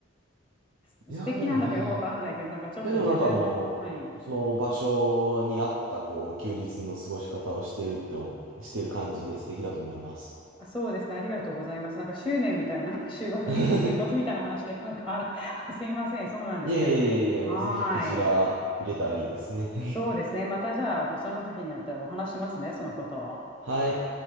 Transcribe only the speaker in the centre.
す素敵なんだかよくわかんないけど、
なんかちょっと自分で、
はい。
あ、そうですね。ありがとうございます。なんか執念みたいな、<laughs> 週末、
<laughs> 週末みたいな話で、なんかあれ、<laughs> すいません。そうなんですけど。
はーい。
そうですね。またじゃあ、その時になったらお話しますね、そのことを。